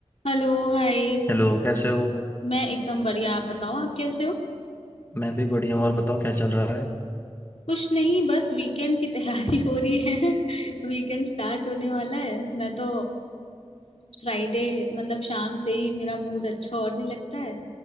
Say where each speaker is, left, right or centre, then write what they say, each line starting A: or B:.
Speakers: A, on the left (about 65°); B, on the left (about 20°).
A: Hello hi
B: Hello कैसे हो
A: मैं एकदम बढ़िया आप बताओ आप कैसे हो
B: मैं भी बढ़िया हूँ और बताओ क्या चल रहा है
A: कुछ नहीं बस वीकेंड की तैयारी हो रही है <laughs> वीकेंड स्टार्ट होने वाला है मैं तो फ्राइडे मतलब शाम से ही मेरा मूड अच्छा होने लगता है